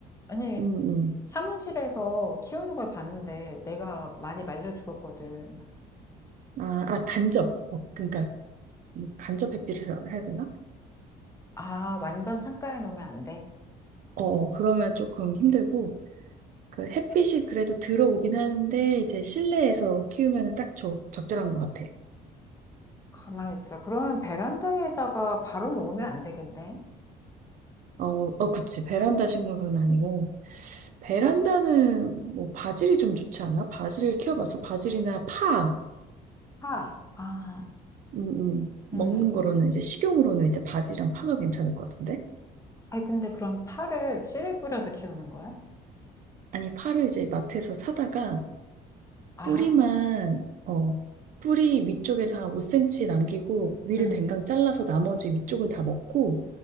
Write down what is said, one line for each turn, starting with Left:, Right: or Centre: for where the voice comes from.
Left: 아니
Right: 음, 음.
Left: 사무실에서 키우는 걸 봤는데 내가 많이 말려 죽었거든.
Right: 아, 아, 간접. 어, 그러니까, 이 간접 햇빛을 해야 되나?
Left: 아, 완전 창가에 놓으면 안 돼.
Right: 어, 그러면 조금 힘들고, 그 햇빛이 그래도 들어오긴 하는데, 이제 실내에서 키우면 딱 적, 적절한 것 같아.
Left: 가만히 있자. 그러면 베란다에다가 바로 놓으면 안 되겠네.
Right: 어, 어, 그치. 베란다 식물은 아니고, 베란다는 뭐 바질이 좀 좋지 않아? 바질을 키워봤어. 바질이나 파.
Left: 파. 아,
Right: 음, 음. 먹는
Left: 음.
Right: 거로는 이제 식용으로는 이제 바지랑 파가 괜찮을 것 같은데?
Left: 아니, 근데 그럼 파를 씨를 뿌려서 키우는 거야?
Right: 아니, 파를 이제 마트에서 사다가
Left: 아,
Right: 뿌리만, 어, 뿌리 위쪽에서 한 5cm 남기고 위를
Left: 음.
Right: 댕강 잘라서 나머지 위쪽은 다 먹고